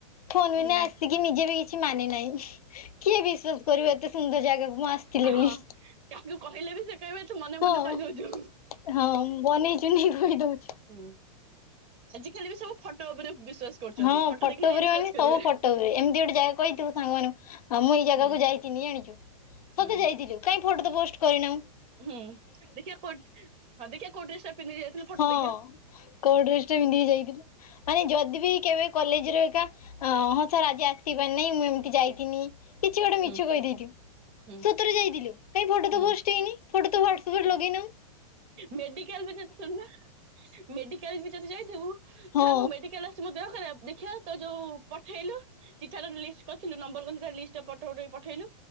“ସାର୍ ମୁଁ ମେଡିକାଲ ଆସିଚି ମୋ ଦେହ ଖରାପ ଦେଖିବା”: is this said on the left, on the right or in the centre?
Right